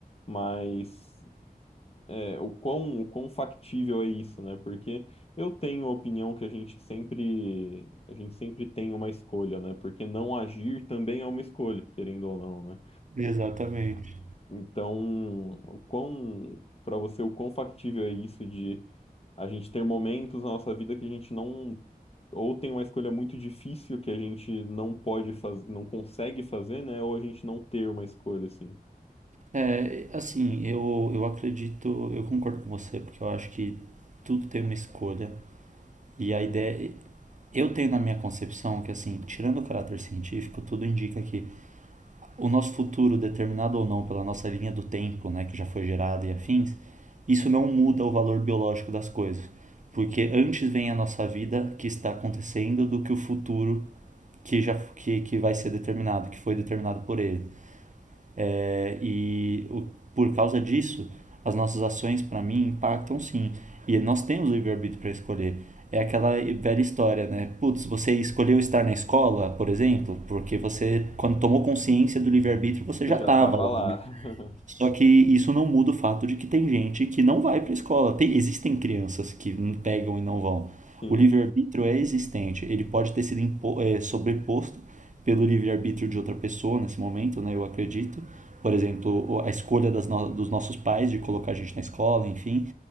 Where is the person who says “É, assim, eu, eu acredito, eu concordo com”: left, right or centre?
Right